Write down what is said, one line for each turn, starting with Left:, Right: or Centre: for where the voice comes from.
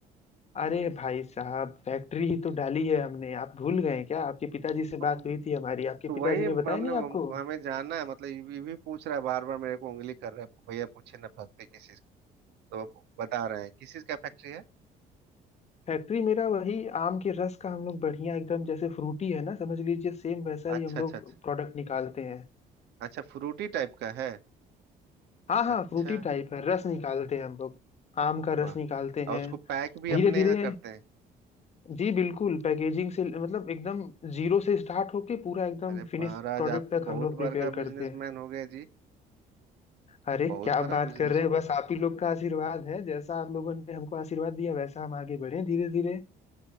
Left: अरे भाई साहब फैक्ट्री ही तो डाली है हमने आप भूल गए क्या आपके पिताजी से
Right: का
Left: बात हुई थी हमारी आपके
Right: तो
Left: पिताजी
Right: वही हमने
Left: ने बताया नहीं आपको
Right: हमको हमें जानना है मतलब ये ये भी पूछ रहा है बार बार मेरे को उंगली कर रहा है भैया पूछे ना फैक्ट्री किस चीज की?" तो अब बता रहे हैं किस चीज का फैक्ट्री है
Left: फैक्ट्री मेरा वही आम के रस का हम लोग बढ़िया एकदम जैसे फ्रूटी है ना समझ लीजिए सेम वैसा ही
Right: अच्छा
Left: हम लोग
Right: अच्छा अच्छा
Left: प्रोडक्ट निकालते हैं
Right: अच्छा फ्रूटी टाइप का है
Left: हाँ
Right: अच्छा
Left: हाँ फ्रूटी टाइप है रस निकालते हैं हम लोग आम का
Right: वाह
Left: रस निकालते हैं
Right: और उसको पैक भी
Left: धीरे
Right: अपने
Left: धीरे
Right: यहाँ करते हैं
Left: जी बिल्कुल पैकेजिंग से मतलब एकदम जीरो से स्टार्ट होके पूरा एकदम
Right: अरे
Left: फिनिश
Right: महाराज
Left: प्रोडक्ट
Right: आप तो
Left: तक
Right: बहुत
Left: हम लोग प्रिपेयर
Right: बड़ा
Left: करते
Right: बिजनेसमैन
Left: हैं
Right: हो गए जी
Left: अरे
Right: बहुत
Left: क्या
Right: बड़ा
Left: बात
Right: बिजनेस
Left: कर रहे हैं बस आप ही लोग का आशीर्वाद है जैसा आप लोगों ने हमको आशीर्वाद दिया वैसा हम आगे बढ़े धीरे धीरे